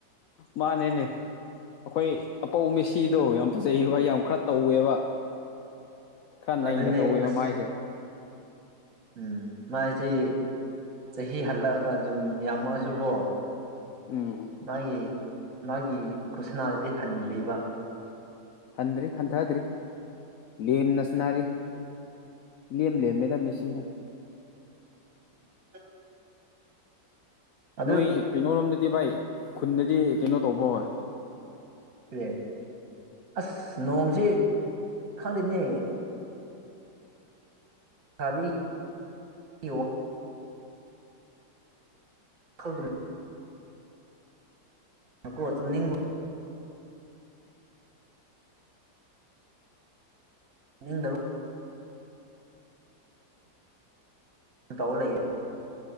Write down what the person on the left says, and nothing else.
ꯃꯥꯅꯦꯅꯦ ꯑꯩꯈꯣꯏ ꯑꯄꯧ ꯃꯦꯁꯤꯗꯣ ꯌꯥꯝ ꯐꯖꯩ ꯋꯥ ꯌꯥꯝ ꯈꯔ ꯇꯧꯋꯦꯕ ꯈꯔ ꯅꯩꯅ
ꯇꯧꯋꯦꯕ
ꯃꯥꯏꯁꯦ
ꯎꯝ
ꯍꯟꯗ꯭ꯔꯤ ꯍꯟꯊꯗ꯭ꯔꯤ ꯂꯦꯝꯅ ꯁꯥꯟꯅꯔꯤ ꯂꯦꯝ ꯂꯦꯃꯦꯗꯥ ꯃꯦꯁꯤꯅ
ꯅꯣꯏ ꯀꯩꯅꯣꯔꯣꯝꯗꯗꯤ ꯚꯥꯏ ꯈꯨꯟꯗꯗꯤ ꯀꯩꯅꯣ ꯇꯧꯕꯣꯏ